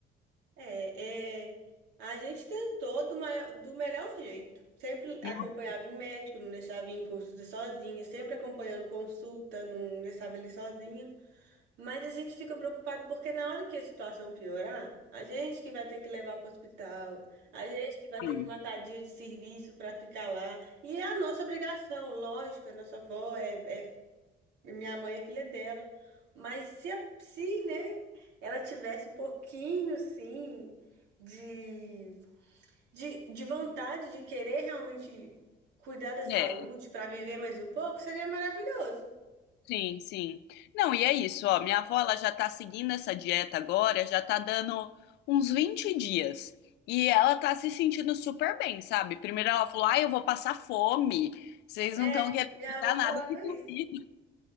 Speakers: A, on the right; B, on the left.
A: é, é, a gente tentou do, mai- do melhor jeito. Sempre acompanhava
B: Hum,
A: em médico, não deixava ir em consulta sozinha, sempre acompanhando consulta, não deixava ele sozinha. Mas a gente fica preocupado porque na hora que a situação piorar, a gente que vai ter que levar para o hospital, a gente que vai ter
B: sim.
A: que matar dia de serviço para ficar lá. E é a nossa obrigação, lógico, a nossa avó é, é Minha mãe é filha dela. Mas se, a- se, né, ela tivesse um pouquinho, assim, de, de, de vontade de querer realmente cuidar da saúde
B: É.
A: para viver mais um pouco, seria maravilhoso.
B: Sim, sim. Não, e é isso, ó. Minha avó, ela já tá seguindo essa dieta agora, já tá dando uns 20 dias. E ela tá se sentindo super bem, sabe? Primeiro ela falou, ai, eu vou passar fome. Vocês
A: É,
B: não estão querendo
A: minha
B: me
A: avó
B: dar nada
A: falava
B: de comida.
A: isso.